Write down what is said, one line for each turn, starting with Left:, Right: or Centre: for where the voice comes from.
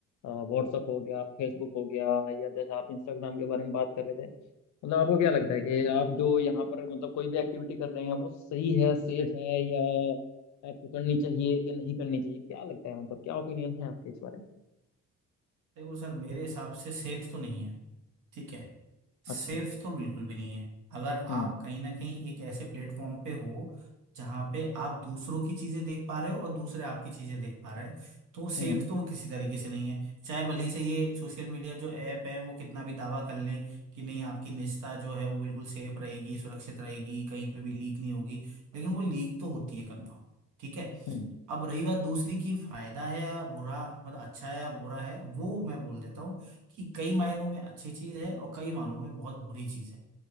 Left: व्हाट्सअप हो गया फेसबुक हो गया या जैसे आप इंस्टाग्राम के बारे में बात कर रहे थे मतलब आपको क्या लगता
Right: हम्म।
Left: है कि आप जो यहाँ पर मतलब कोई भी एक्टिविटी कर रहे हैं वो सही है सेफ है या आपको करनी चाहिए कि नहीं करनी चाहिए क्या लगता है मतलब क्या ओपिनियन है आपके इस बारे में
Right: देखो सर मेरे हिसाब से सेफ तो नहीं है ठीक है सेफ
Left: अच्छा
Right: तो बिल्कुल भी नहीं है अगर आप
Left: हम्म
Right: कहीं ना कहीं एक ऐसे प्लेटफॉर्म पे हो जहां पे आप दूसरों की चीजें देख पा रहे हो और दूसरे आपकी चीजें देख पा रहे हैं तो सेफ
Left: हम्म
Right: तो वो किसी तरीके से नहीं है चाहे भले ही से ये सोशल मीडिया जो ऐप है वो कितना भी दावा कर लें कि नहीं आपकी निजता जो है वो बिल्कुल सेफ रहेगी सुरक्षित रहेगी कहीं पे भी लीक नहीं होगी लेकिन वो लीक तो होती है कंफर्म ठीक है
Left: हम्म
Right: अब रही बात दूसरी की फायदा है या बुरा मतलब अच्छा है या बुरा है वो मैं बोल देता हूँ कि कई मायनों में अच्छी चीज है और कई मायनों में बहुत बुरी चीज है